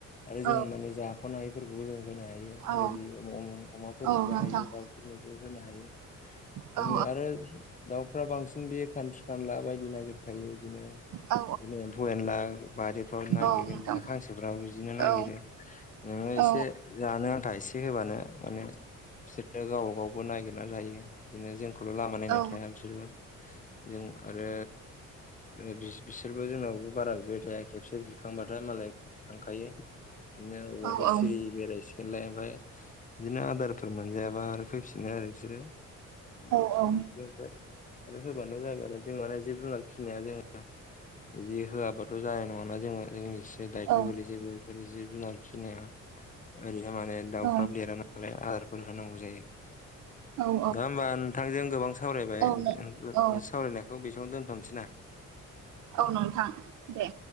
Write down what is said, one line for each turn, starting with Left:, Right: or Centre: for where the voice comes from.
Left: आरो जोङो
Right: औ
Left: माने जाख'नो हायैफोरखौ बेखौ जों होनो हायो
Right: औ
Left: बेबायदि अमाफोरनोबो
Right: औ नोंथां
Left: हायो दाउफोरनोबो होनो हायो।
Right: औ
Left: जो आरो दाउफ्रा बांसिन बेयो खानस्रि खानला बायदि नागिरखायो बिदिनो
Right: औ
Left: एम्फौ एनला बारिफ्राव नागिरगोन
Right: औ नोंथां
Left: बिदिनो हांसोफ्राबो बि नागिरो
Right: औ
Left: नोङो एसे
Right: औ
Left: जानो आन्था एसे होबानो बिसोरो गावबा गावबो नागिरना जायो। बिदिनो जोंखौल' लामा नायना
Right: औ
Left: थाया बिसोरबो जों आरो जोङो बिस बिसोरबो जोंहाबो बारा बिबाय थाया खेबसे बिखांबाथाय मालाय खांखायो नो औबवाफोर
Right: औ
Left: सिरि बेराय थिनलाइ ओमफाय बिदिनो आदारफोर मोनजायाबा आरो फैफिनो आरो बिसोरो <unintelligible>
Right: औ औ
Left: आरो होबानो जागोन आरो जों माने जिब जुनार फिनाया जों बिदि होआबाथ' जाया नङाना जोङो से दायथ'
Right: औ
Left: गोगलै जेबो बेफोर जिब जुनार फिसिनाया ओरै थारमाने दाउफ्रा
Right: औ
Left: देरा नालाय आदारफोर होनांगौ जायो।
Right: औ
Left: गा होमबा नोंथांजों गोबां सावरायबाय
Right: औ औ
Left: सावरायनायखौ बेसेयावनो दोनथ'नोसै ना?
Right: औ नोंथां दे।